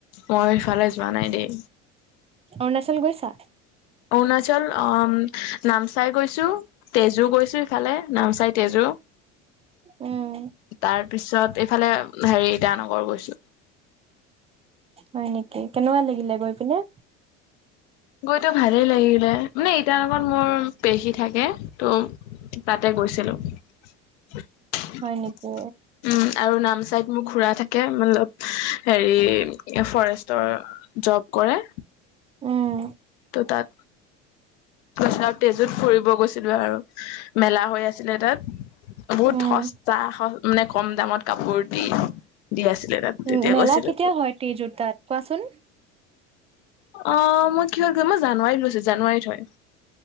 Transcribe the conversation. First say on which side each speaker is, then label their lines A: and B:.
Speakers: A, on the left; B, on the right.
A: মই এইফালে যোৱা নাই দেই।
B: অৰুণাচল গৈছা?
A: অৰুণাচল অম নামচাই গৈছো তেজু গৈছো ইফালে নামচাই তেজু।
B: উম,
A: তাৰপিছত এইফালে হেৰি ইটানগৰ গৈছো।
B: হয় নেকি? কেনেকুৱা লাগিলে গৈ পিনে?
A: গৈতো ভালেই লাগিলে, মানে ইটানগৰত মোৰ পেহী থাকে, ত' তাতে গৈছিলো, উম্
B: হয় নেকি?
A: আৰু নামচাইত মোৰ খুৰা থাকে, মতলপ হেৰি ফৰেষ্টৰ জব কৰে।
B: উম।
A: ত, তাত। গৈছিল আৰু তেজোত ফুৰিব গৈছিলো আৰু মেলা হৈ আছিলে তাত। বহুত
B: উম।
A: সস্তা মানে কম দামত কাপোৰ দি, দি আছিলে তাত। তেতিয়া
B: উম মেলা
A: গৈছিলো
B: কেতিয়া হয় তিযুতাত কোৱাচোন?
A: অ মই কিহৰ গৈছিলোঁ, মই জানুৱাৰীত গৈছিলো। জানুৱাৰীত হয়।